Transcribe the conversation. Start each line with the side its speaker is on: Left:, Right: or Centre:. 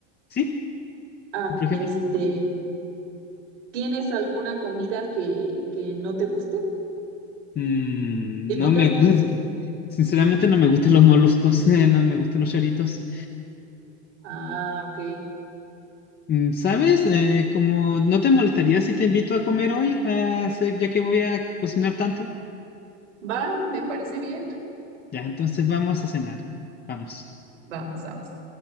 Left: sí,
Right: ah,
Left: por ejemplo,
Right: este, ¿tienes alguna comida que, que no te guste?
Left: mm,
Right: Típica
Left: no me
Right: de,
Left: gusta, sinceramente no me gustan los moluscos, <laughs> eh, no me gustan los choritos.
Right: ah, ok,
Left: Mm, ¿sabes? Eh, como no te molestaría si te invito a comer hoy, a hacer- ya que voy a cocinar tanto.
Right: Va, me parece bien.
Left: Ya, entonces vamos a cenar. Vamos.
Right: Vamos, vamos.